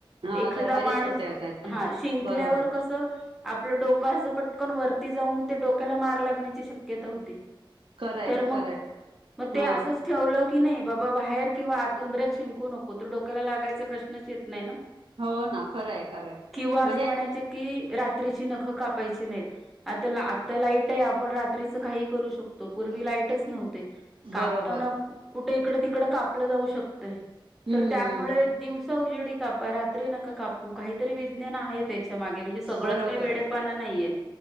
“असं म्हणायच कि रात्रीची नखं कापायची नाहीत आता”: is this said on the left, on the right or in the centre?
Centre